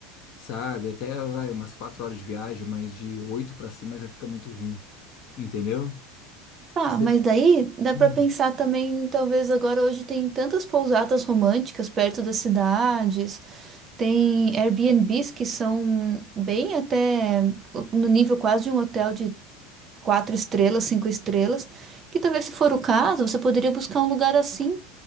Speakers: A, on the left; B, on the right.
A: sabe? Até, vai, umas quatro horas de viagem, mas de oito para cima já fica muito ruim, entendeu?
B: Tá,
A: Cê-
B: mas daí dá
A: Hum.
B: pra pensar também, talvez agora hoje tem tantas pousadas românticas perto das cidades, tem Airbnbs que são bem até no nível quase de um hotel de quatro estrelas, cinco estrelas, que talvez se for o caso, você poderia buscar um lugar assim,